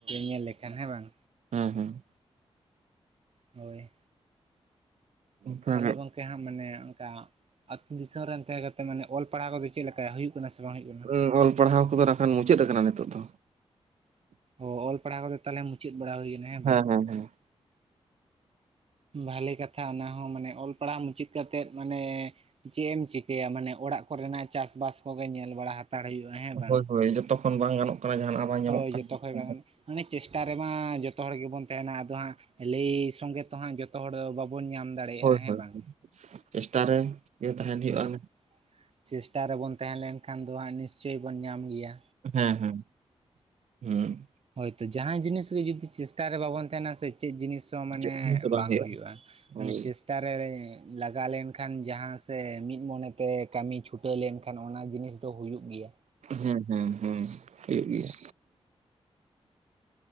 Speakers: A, on the right; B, on the right.
A: ᱧᱮᱞ ᱞᱮᱠᱷᱟᱱ ᱦᱮᱸ ᱵᱟᱝ?
B: ᱦᱩᱸ ᱦᱩᱸ᱾
A: ᱦᱳᱭ᱾
B: ᱚᱱᱠᱟᱜᱮ
A: ᱛᱟᱦᱚᱞᱮ ᱜᱚᱝᱠᱮ ᱦᱟᱸᱜ ᱢᱟᱱᱮ ᱚᱝᱠᱟ ᱟᱹᱛᱩ ᱫᱤᱥᱚᱢ ᱨᱮᱱ ᱛᱟᱦᱮᱸ ᱠᱟᱛᱮ ᱢᱟᱱᱮ ᱚᱞ ᱯᱟᱲᱦᱟᱣ ᱠᱚᱫᱚ ᱪᱮᱫ ᱞᱮᱠᱟ ᱦᱩᱭᱩᱜ ᱠᱟᱱᱟ ᱥᱮ ᱵᱟᱝ ᱦᱩᱭᱩᱜ ᱠᱟᱱᱟ?
B: ᱦᱩᱸ ᱚᱞ ᱯᱟᱲᱦᱟᱣ ᱠᱚᱫᱚ ᱱᱟᱠᱷᱟᱱ ᱢᱩᱪᱟᱹᱫ ᱠᱟᱱᱟ ᱱᱤᱛᱳᱜ ᱫᱚ᱾
A: ᱚ ᱚᱞ ᱯᱟᱲᱦᱟᱣ ᱠᱚᱫᱟ ᱛᱟᱦᱚᱞᱮ ᱢᱩᱪᱟᱫ ᱵᱟᱲᱟ ᱦᱩᱭ ᱠᱟᱱᱟ
B: ᱦᱮᱸ
A: ᱵᱟᱝ
B: ᱦᱮᱸ ᱦᱮᱸ᱾
A: ᱵᱷᱟᱞᱮ ᱠᱟᱛᱷᱟ ᱚᱱᱟ ᱦᱚᱸ ᱢᱟᱱᱮ ᱚᱞ ᱯᱟᱲᱦᱟᱣ ᱢᱩᱪᱟᱹᱫ ᱠᱟᱛᱮᱫ ᱢᱟᱱᱮ ᱪᱮᱫ ᱮᱢ ᱪᱤᱠᱟᱹᱭᱟ ᱢᱟᱱᱮ ᱚᱲᱟᱜ ᱠᱚᱨᱮᱱᱟᱜ ᱪᱟᱥ ᱵᱟᱥ ᱠᱚᱜᱮ ᱧᱮᱞ ᱵᱟᱲᱟ ᱦᱟᱛᱟᱲ ᱦᱩᱭᱩᱜᱼᱟ᱾ ᱦᱮᱸ ᱵᱟᱝ
B: ᱦᱳᱭ ᱦᱳᱭ ᱡᱚᱛᱚᱠᱷᱚᱱ ᱵᱟᱝ ᱜᱟᱱᱚᱜ ᱠᱟᱱᱟ ᱡᱟᱦᱟᱱᱟᱜ ᱵᱟᱝ ᱧᱟᱢᱚᱜ
A: ᱦᱳᱭ
B: ᱠᱟᱱᱟ
A: ᱡᱚᱛᱚ ᱠᱷᱚᱡ ᱵᱟᱝ ᱜᱟᱱᱚ, ᱢᱟᱱᱮ ᱪᱮᱥᱴᱟ ᱨᱮᱢᱟ ᱡᱚᱛᱚ ᱦᱚᱲ ᱜᱮᱵᱚᱱ ᱛᱟᱦᱮᱱᱟ ᱟᱫᱚ ᱦᱟᱸᱜ ᱞᱟᱹᱭ ᱥᱚᱸᱜᱮ ᱛᱚ ᱦᱟᱸᱜ ᱡᱚᱛᱚ ᱦᱚᱲ ᱫᱚ ᱵᱟᱵᱚᱱ ᱧᱟᱢ ᱫᱟᱲᱮᱭᱟᱜᱼᱟ
B: ᱦᱳᱭ
A: ᱦᱮᱸ
B: ᱦᱳᱭ
A: ᱵᱟᱝ
B: ᱦᱳᱭ ᱪᱮᱥᱴᱟ ᱨᱮ ᱜᱮ ᱛᱟᱦᱮᱱ ᱦᱩᱭᱩᱜᱼᱟ
A: ᱦᱳᱭ᱾
B: ᱦᱮᱸ
A: ᱪᱮᱥᱴᱟ ᱨᱮᱵᱚᱱ ᱛᱟᱦᱮᱸ ᱞᱮᱱ ᱠᱷᱟᱱ ᱫᱚ ᱦᱟᱸᱜ ᱱᱤᱥᱪᱳᱚᱭ ᱵᱚᱱ ᱧᱟᱢ ᱜᱮᱭᱟ᱾
B: ᱦᱮᱸ ᱦᱮᱸ᱾ ᱦᱩᱸ᱾
A: ᱦᱳᱭᱛᱚ ᱡᱟᱦᱟᱸ ᱡᱤᱱᱤᱥ ᱜᱮ ᱡᱩᱫᱤ ᱪᱮᱥᱴᱟ ᱨᱮ ᱵᱟᱵᱚᱱ ᱛᱟᱦᱮᱱᱟ ᱥᱮ, ᱪᱮᱫ ᱡᱤᱱᱤᱥ ᱛᱚ ᱢᱟᱱᱮ
B: ᱪᱮᱫ ᱦᱚᱸ ᱥᱮ
A: ᱵᱟᱝ ᱦᱩᱭᱩᱜᱼᱟ᱾
B: ᱦᱳᱭ
A: ᱢᱟᱱᱮ ᱪᱮᱥ ᱴᱟᱨᱮᱲᱮᱸ ᱞᱟᱜᱟ ᱞᱮᱱᱠᱷᱟᱱ ᱡᱟᱦᱟᱸ ᱥᱮ ᱢᱤᱫ ᱢᱚᱱᱮᱛᱮ ᱠᱟᱹᱢᱤ ᱪᱷᱩᱴᱟᱹᱣ ᱞᱮᱱᱠᱷᱟᱱ ᱚᱱᱟ ᱡᱤᱱᱤᱥᱴᱟᱜ ᱛᱚ ᱦᱩᱭᱩᱜ ᱜᱮᱭᱟ᱾
B: ᱦᱮᱸ ᱦᱮᱸ ᱦᱮᱸ᱾ ᱦᱚᱭᱩᱜ ᱜᱮᱭᱟ᱾